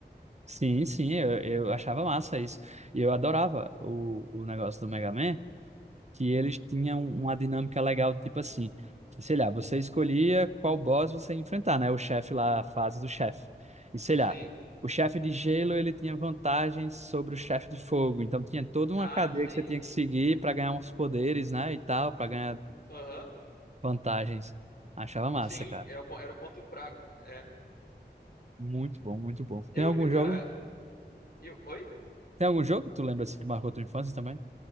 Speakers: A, on the right; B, on the left.
A: sim, sim, eu, eu achava massa isso. E eu adorava o, o negócio do Mega Man, que eles tinham um, uma dinâmica legal, tipo assim, que, sei lá, você escolhia qual boss você ia enfrentar, né? O chefe lá, a fase do chefe. E sei
B: Sim.
A: lá, o chefe de gelo, ele tinha vantagens sobre o chefe de fogo, então tinha toda uma
B: Ah,
A: cadeia
B: sim.
A: que você tinha que seguir para ganhar uns poderes, né, e tal, para ganhar
B: Aham.
A: vantagens. Achava massa,
B: Sim,
A: cara.
B: é o po- era o ponto fraco. É.
A: Muito bom, muito bom.
B: Eu,
A: Tem algum
B: eu- cara,
A: jogo?
B: eu. Oi?
A: Tem algum jogo que tu lembra assim que marcou tua infância também?